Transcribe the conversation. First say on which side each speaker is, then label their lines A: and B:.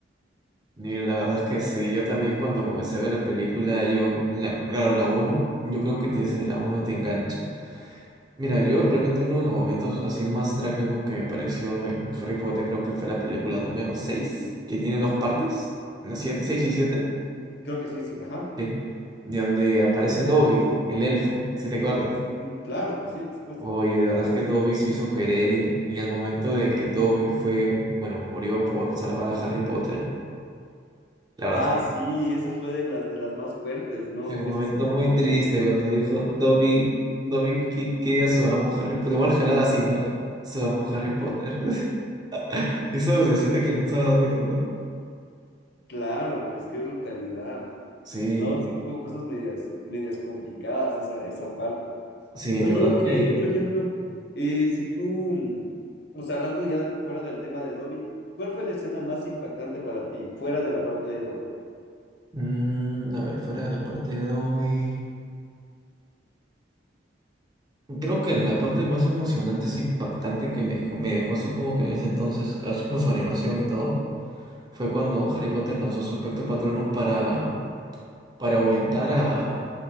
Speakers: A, on the right; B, on the left.
A: mira la verdad es que sí, yo también cuando comencé a ver la película, yo, la, claro, la uno yo creo que desde la uno te engancha. Mira, yo realmente uno de los momentos así más trágicos que me pareció en Harry Potter creo que fue la película número 6 que tiene dos partes, las 7 6 y siete
B: Creo que seis citas, ajá.
A: sí, de donde aparece Dobby, el elfo, si te acuerdas.
B: Mm, Claro, pues sí, por supuesto.
A: Oye, de verdad es que Dobby se hizo querer y, y al momento de que Dobby fue, bueno, murió por salvar a Harry Potter. La verdad
B: Ah,
A: es que
B: sí, esa fue de las, de las más fuertes, ¿no?
A: Fue un momento
B: Esa sí.
A: muy
B: no.
A: triste cuando dijo Dobby, Dobby que quería su amo Harry Potter. Igual jalaba así, ¿no? Su amo Harry
B: <laughs>
A: Potter. <laughs> Esa vocecita que lanzaba Dobby, ¿te acuerdas?
B: Claro, pues qué brutalidad.
A: Sí,
B: No, sí tuvo cosas medias, medias complicadas esa, esa parte.
A: sí,
B: Oye,
A: la verdad
B: y
A: que...
B: de ahí, por ejemplo, eh, si tú, mm, o sea, hablando ya fuera del tema de Dobby, ¿cuál fue la escena más impactante para ti, fuera de la parte de Dobby
A: mm, a ver, fuera de la parte de Dobby... Creo que la parte más emocionante, es impactante que me, me dejó así como que en ese entonces, así con su animación y todo, fue cuando Harry Potter lanzó su espectro patronus para, para ahuyentar a,